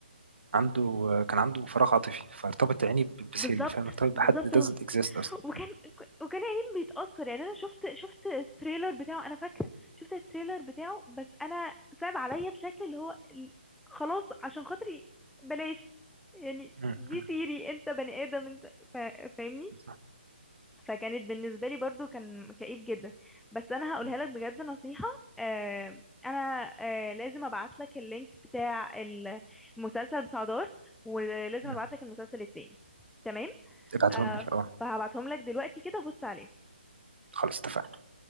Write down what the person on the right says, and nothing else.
عنده كان عنده فراغ عاطفي فارتبط عيني ب- بسيري
فاهم ارتبط بحد
doesn't exist اصلا
م-
م-
م- صح.
م-
م-
ابعتهم
لي اه
خلاص اتفقنا